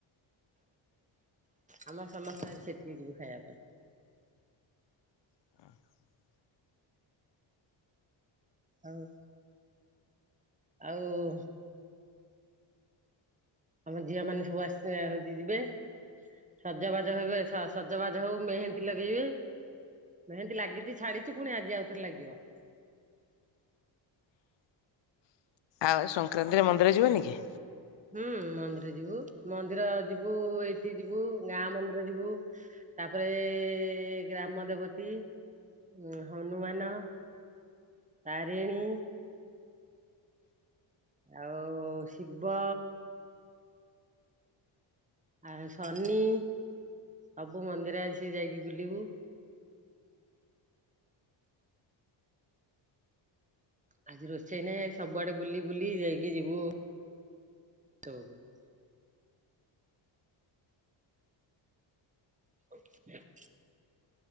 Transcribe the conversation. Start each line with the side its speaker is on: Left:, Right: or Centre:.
Right: ଆମର ସମସ୍ତେ ଆଜି ସେଠିକି ଯିବୁ ଖାଇବା ପାଇଁ।
Left: <inaudible>
Right: ଆଉ ଆଉ ଆମ ଝିଅ ମାନେ ସବୁ ଆସିନେ ହୋଉଚି ଯିବେ। ସଜବାଜ ହେବେ ସ ସଜବାଜ ହୋଉ ମେହେନ୍ଦୀ ଲଗେଇବେ। ମେହେନ୍ଦି ଲାଗଚି ଛାଡିଚି ପୁଣି ଆଜି ଆଉଥରେ ଲାଗିବ।
Left: ଆଉ ସଂକ୍ରାନ୍ତିରେ ମନ୍ଦିର ଯିବେନି କି?
Right: ହୁଁ ମନ୍ଦିର ଯିବୁ ମନ୍ଦିର ଯିବୁ ଏଇଠି ଯିବୁ ଗାଁ ମନ୍ଦିର ଯିବୁ। ତାପରେ ଗ୍ରାମ ଦେବତୀ ଉଁ ହନୁମାନ ତାରିଣୀ ଆଉ ଶିବ ଆ ଶନି ସବୁ ମନ୍ଦିର ଆସିକି ଯାଇକି ବୁଲିବୁ। ଆଜି ରୋଷେଇ ନାହିଁ ଆଜି ସବୁଆଡେ ବୁଲି ବୁଲି ଯାଇଁକି ଯିବୁ <unintelligible> <unintelligible>